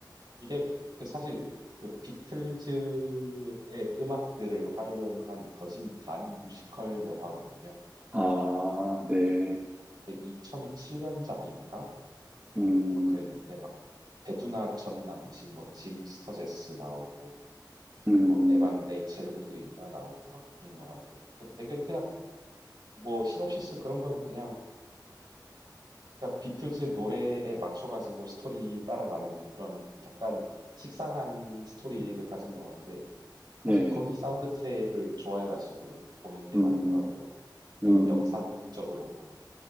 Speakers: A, on the right (about 65°); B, on the right (about 20°).
A: 이게 그 사실 그 비틀즈의 음악들을 활용한 거진 반 뮤지컬 영화거든요.
B: 아, 네.
A: 2007년작인가?
B: 음,
A: 막 그랬는데 막 배두나 전 남친 뭐 짐 스터제스 나오고
B: 음,
A: 뭐 에반 레이첼 우드인가 나오고 막 그런 영화인데 그 되게 그냥 뭐 시놉시스 그런 건 그냥 진짜 비틀즈 노래에 맞춰가지고 스토리 따라가는 그런 약간 식상한 스토리를 가진 영화인데 사실
B: 예.
A: 거기 사운드 트랙을 좋아해가지고 보는 게
B: 음,
A: 많더라고요. 그리고
B: 음.
A: 영상적으로나